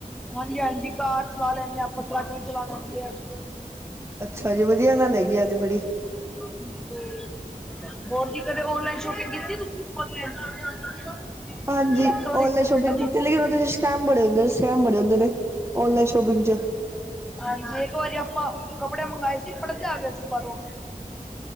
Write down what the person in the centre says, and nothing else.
ਹਾਂਜੀ -ਹਾਂਜੀ ਕਾਰ ਚਲਾ ਲੈਂਦਾ ਆਾਂ, ਆਪਾਂ ਆਟੋ ਵੀ ਚਲਾ ਲੈਂਦੇ ਆ ਜੀ।
ਹਾਂਜੀ ਹੋਰ, ਹੋਰ ਜੀ ਕਦੇ ਓਨਲਾਈਨ ਸ਼ੋਪਿੰਗ ਕੀਤੀ ਤੁਸੀਂ? ਔਨਲਾਈਨ?
ਇਲੈਕਟ੍ਰੋਨਿਕਸ
ਵਗੈਰਾ
ਦੀ।
ਹਾਂਜੀ, ਏਕ ਵਾਰੀ ਆਪਾਂ ਕੱਪੜੇ ਮੰਗਾਏ ਸੀ, ਪਰਦੇ ਆ ਗੇ ਸੀ, ਬਾੱਰੋਂ।